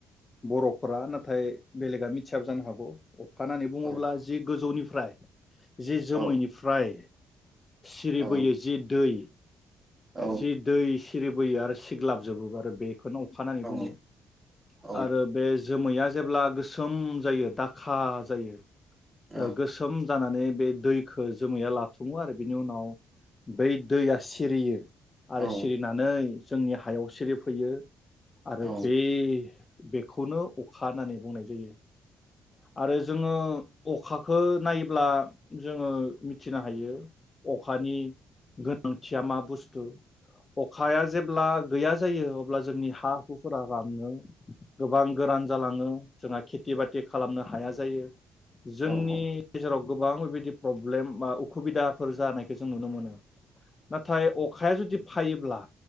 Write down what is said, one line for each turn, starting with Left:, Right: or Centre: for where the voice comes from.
Left: बर'फोरा नाथाय बेलेगा मिथियाबो जानो हागौ अखा होननानै बुङोब्ला
Right: औ
Left: जि गोजौनिफ्राय जे जोमैनिफ्राय
Right: औ
Left: सिरिबोयो
Right: औ
Left: जि दै
Right: औ
Left: जि दै सिरिबोयो आरो सिग्लाबजोबोबो आरो खोनो अखा होननानै बुङो
Right: औ औ
Left: आरो बे जोमैया जेब्ला गोसोम जायो दाखा जायो
Right: औ
Left: ओ गोसोम जानानै बे दैखो जोमैया लाथुमो आरो बिनि उनाव बै दैया सिरियो आरो
Right: औ
Left: सिरिनानै जोंनि हायाव सिरि फैयो आरो
Right: औ
Left: बे बेख खौनो अखा होननानै बुंनाय जायो। आरो जोङो अखाखो नायोब्ला जोङो मिथिनो हायो अखानि गोनांथिया मा बुस्थु अखाया जेब्ला गैया जायो अब्ला जोंनि हा हुफोरा राननो गोबां गोरान जालाङो जोंहा खेथि बाथि खालामनो हाया जायो जोंनि
Right: औ
Left: गेजेराव गोबां बेबायदि प्रब्लेम बा उखुबिदाफोर जानायखौ जों नुनो मोनो। नाथाय अखाया जुदि फायोब्ला